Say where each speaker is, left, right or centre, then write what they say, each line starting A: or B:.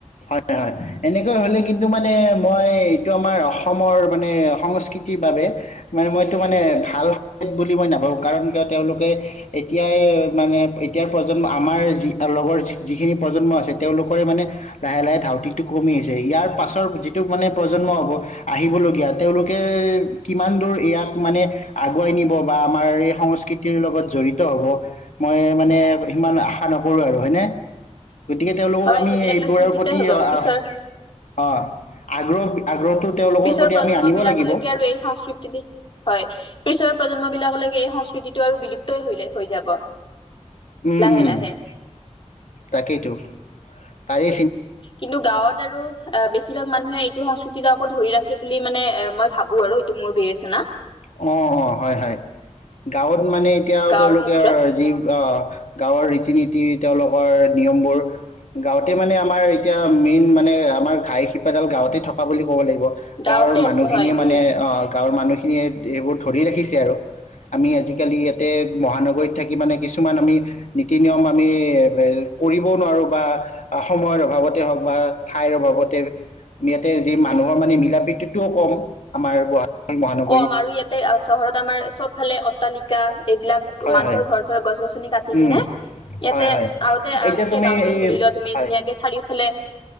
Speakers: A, on the left; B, on the left.
A: হয় হয় এনেকৈ হলে কিন্তু মানে মই এইটো আমাৰ অসমৰ মানে সংস্কৃতিৰ বাবে মানে মইতটো মানে ভাল বুলি মই নাভাবো কাৰণ কিয় তেওঁলোকে এতিয়াই মানে এতিয়াৰ প্ৰজন্ম আমাৰ যি লগৰ যিখিনি প্ৰজন্ম আছে তেওঁলোকৰে মানে লাহে লাহে ধাউতিটো কমি আহছে ইয়াৰ পাছৰ যিটো মানে প্ৰজন্ম হ'ব আহিবলগীয়া তেওঁলোকে কিমান দূৰ ইয়াক মানে আগুৱাই নিব বা আমাৰ এই সংস্কৃতিৰ লগত জড়িত হ'ব মই মানে সিমান আশা নকৰোঁ আৰু হয়নে গতিকে তেওঁলোকক
B: হয়
A: আমি
B: সেইবিলাক
A: এইবোৰৰ
B: লৈ চিন্তিত
A: প্ৰতি
B: হব
A: আহ
B: পিছৰ
A: অ আগ্ৰ আগ্ৰহ তেওঁলোকৰ
B: পিছৰ
A: প্ৰতি
B: প্ৰজন্ম
A: আমি আনিব
B: বিলাকলৈকে
A: লাগিব অ
B: আৰু এই সংস্কৃতি হয় পিছৰ প্ৰজন্মবিলাকলৈকে এই সংস্কৃতিটো আৰু বিলুপ্ত ই হৈ যাব
A: উম
B: লাহে
A: উম
B: লাহে
A: তাকেইতো তাৰে
B: কিন্তু গাঁৱত আৰু অ বেছিভাগ মানুহে টো সংস্কৃতিটো আকৌ ধৰি ৰাখে বুলি মানে মই ভাবো আৰু এইটো মোৰ বিবেচনা
A: অ অ হয় হয় গাঁৱত মানে এতিয়াও
B: গাঁৱৰ
A: তেওঁলোকে
B: ক্ষেত্ৰত
A: যি অ গাঁৱৰ ৰীতি নীতি তেওঁলোকৰ নিয়মবোৰ গাঁৱতে মানে আমাৰ এতিয়া মেইন মানে আমাৰ ঘাই শিপাডাল গাঁৱতে থকা বুলি কব লাগিব
B: গাঁৱতে
A: গাঁৱৰ মানুহখিনিয়ে
B: আছে হয়
A: মানে
B: উম
A: আহ গাঁৱৰ মানুহ <unintelligible> সেইবোৰ ধৰি ৰাখিছে আৰু আমি আজিকালি ইয়াতে মহানগৰীত থাকি মানে কিছুমান আমি নীতি নিয়ম আমি কৰিবও নোৱাৰো বা সময়ৰ অভাৱতে হওক বা ঠাইৰ অভাৱতে ইয়াতে যি মানুহৰ মানে মিলা প্ৰীতিতটোও কম আমাৰ গুৱাহাটীত মহানগৰীত
B: কম আৰু ইয়াতে চহৰত আমাৰ চব ফালে অট্টালিকা এইবিলাক
A: হয়,
B: মানুহৰ
A: হয়,
B: ঘৰ চৰ গছ টি
A: উম,
B: কিনে ইয়াতে
A: হয়, হয়।
B: আগতে এতিয়া
A: তুমি
B: গাওঁতে
A: এই
B: ধৰি লোৱা তুমি
A: হয়,
B: ধুনীয়াকে চাৰিওফালে